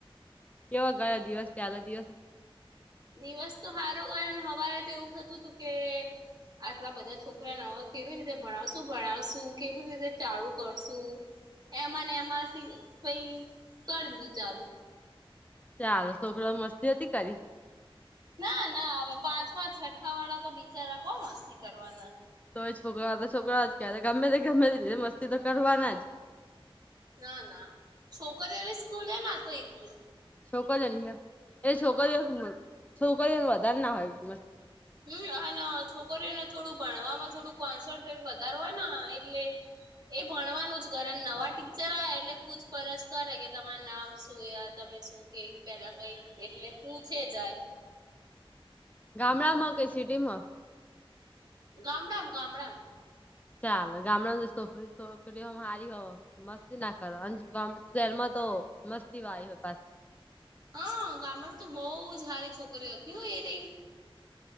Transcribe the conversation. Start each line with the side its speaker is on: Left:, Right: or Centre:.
Left: કેવાો ગયો દિવસ પ્યાલો દિવસ
Right: દિવસ તો સારો ગયો હવારે તો એવું થતું હતું કે આટલા બધા છોકરાને કેવી રીતે ભણાવશું ભણાવશું કેવી રીતે ચાલુ કરશુ. એમાં ને એમાંથી પ કરી દીધું ચાલુ.
Left: ચાલો છોકરાઓ મસ્તી હતી કરી.
Right: ના ના હવે પાંચમાં છઠ્ઠા વાળા તો બીચારા કોણ મસ્તી કરવાના.
Left: તોય છોકરા તો છોકરાઓ જ ક્યારે ગમે તે ગમે તે મસ્તી તો કરવાના જ
Right: ના ના છોકરીઓની સ્કૂલ ના તો એકલું
Left: છોકરીઓ એ છોકરીઓ છોકરીઓ વધારે ના હોય મસ
Right: હમ્મ અને છોકરીઓને થોડું ભણવામાં થોડું કોન્સટ વધારે હોય ને એટલે એ ભણવાનું જ કરે નવા ટીચર આવે એટલે પૂછપરછ કરે કે તમાર નામ શું તમે શું કે પેલા કઈ એટલે પૂછે જાય
Left: ગામડામાં કે સિટી માં
Right: ગામડામ ગામડા
Left: ચાલ ગામડા છોકરી છોકરી હ હારી હો મસ્તી ના કરો ગામ શહેરમાં તો મસ્તી વા આવી હોય પા
Right: હા ગામડામાં તો બહુ જ સારી છોકરીઓ હતી હો એ રહી